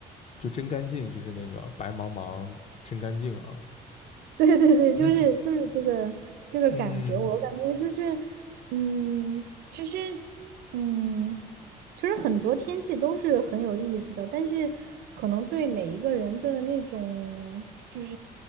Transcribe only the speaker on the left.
就真干净，就是那个白茫茫真干净啊。
嗯嗯。